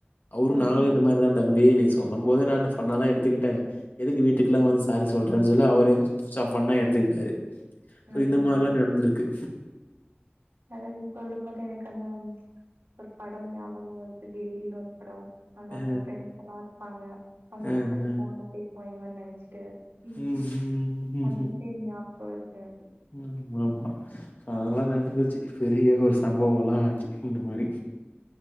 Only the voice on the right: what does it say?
அதாதா
ம்
அதாதா
அதா நீ சொல்லும்போது எனக்கு அந்த ஒரு படோ ஞாபகோ வருது கில்லின்னு ஒரு படோ அதுல
அவுங்க ஃப்ரெண்ட்ஸ்லா இருப்பாங்க அவுங்க
அப்பாட்ட
ஃபோன்ல பேசுவா இவன் நெனைச்சிட்டு ம்
அந்த பேர் ஞாபகோ வருது எனக்கு